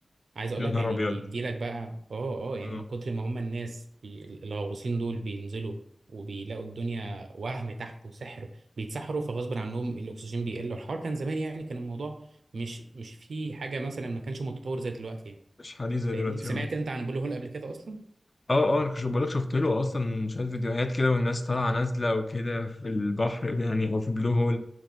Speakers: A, on the right (about 75°); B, on the left (about 45°).
A: عايز اقول
B: يا
A: لك
B: نهار
A: يعني
B: أبيض
A: بيديلك بقى اه اه يعني
B: أه
A: من كتر ما هم الناس بي- الغواصين دول بينزلوا وبيلاقوا الدنيا وهم تحت وسحر بيتسحروا فغصب عنهم الاكسجين بيقل الحوار كان زمان يعني كان الموضوع مش مش في حاجه مثلا ما كانش متطور زي دلوقتي يعني
B: مش حديث زي
A: فاهمني
B: دلوقتي
A: سمعت
B: أه
A: انت عن بلو هول قبل كده اصلا
B: اه اه انا كنت بقولك شفت له اصلا شويه فيديوهات كده والناس طالعه نازله وكده في البحر يعني او في البلو هول